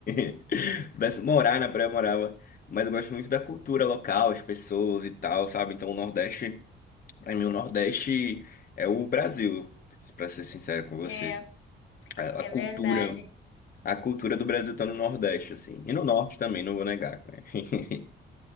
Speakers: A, on the left; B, on the left.
A: <laughs> Pudesse morar na praia, eu morava. Mas eu gosto muito da cultura local, as pessoas e tal, sabe? Então o Nordeste. Para mim, o Nordeste é o Brasil, para ser sincero com você.
B: É,
A: A
B: é
A: a cultura,
B: verdade.
A: a cultura do Brasil tá no Nordeste, assim. E no Norte também, não vou negar, né? <laughs>